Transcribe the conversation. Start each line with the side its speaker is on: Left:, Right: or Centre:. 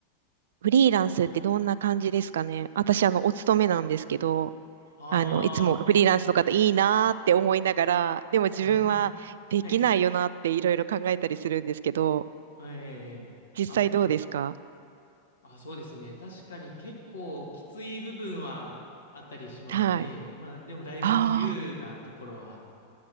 Right: フリーランスってどんな感じですかね私あの、お勤めなんですけど、
Left: ああ、
Right: あの、いつもフリーランスの方いいなーって思いながら、
Left: はい。
Right: でも自分はできないよなっていろいろ考えたりするんですけど、
Left: <laughs> はい。あええ、ええ。
Right: 実際どうですか
Left: あ、あ、そうですね。確かに結構きつい部分はあったりしますね。
Right: はい。
Left: まあ、でもだいぶ自由なところは
Right: あ